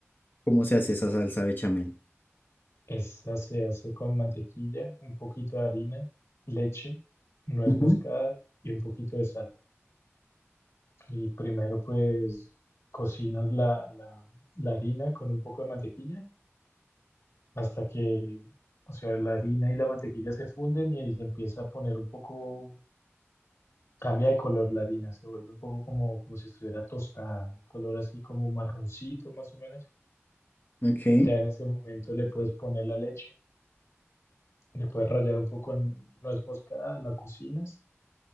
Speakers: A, on the left; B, on the left.
A: ¿Cómo se hace esa salsa bechamel?
B: Esta se hace con mantequilla, un poquito de harina, leche, nuez
A: Ujú,
B: moscada y un poquito de sal. Y primero pues cocinas la, la, la harina con un poco de mantequilla hasta que, o sea, la harina y la mantequilla se funden y ahí se empieza a poner un poco, cambia de color la harina, se vuelve un poco como, como si estuviera tostada, un color así como marroncito más o menos.
A: Ok.
B: Ya en ese momento le puedes poner la leche, le puedes rallar un poco en nuez moscada, la cocinas